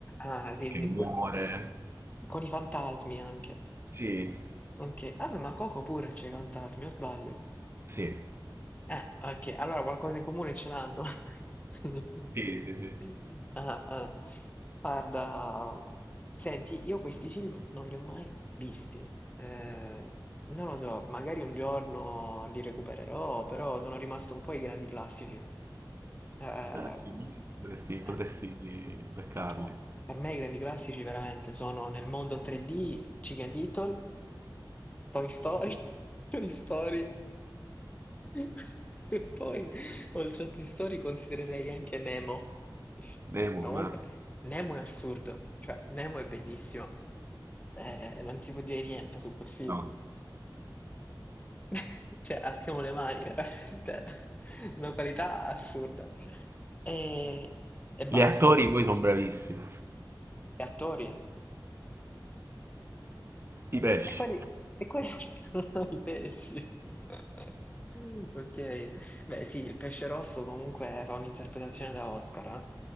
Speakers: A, on the left; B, on the right.
A: ah, di-
B: che muore.
A: que- con i fantasmi anche.
B: Sì,
A: Ok. Ah, ma Coco pure c'è i fantasmi, o sbaglio?
B: sì,
A: Eh, ok, allora qualcosa in comune ce l'hanno. <laughs>
B: sì, sì, sì.
A: Ah, ah. Guarda, senti, io questi film non li ho mai visti. Eh, non lo so, magari un giorno li recupererò, però sono rimasto un po' ai grandi classici. Ehm,
B: Ah, sì, lui potresti, potresti
A: eh,
B: beccarli.
A: cioè, per me i grandi classici veramente sono Nel mondo 3D, Chicken Little Toy Story, <laughs> Toy Story. <laughs> E Poi, oltre a Toy Story, considererei anche Nemo.
B: Nemo,
A: Ma comunque,
B: ma
A: Nemo è assurdo, cioè Nemo è bellissimo. Eh, non si può dire niente su quel film.
B: no.
A: <laughs> Cioè, alziamo le mani, veramente. Una qualità assurda. E, e basta.
B: Gli attori poi sono bravissimi.
A: E attori?
B: I pesci.
A: E quali, e quali <laughs> sono i pesci? <laughs> Ok, beh sì, il pesce rosso comunque era un'interpretazione da Oscar, eh?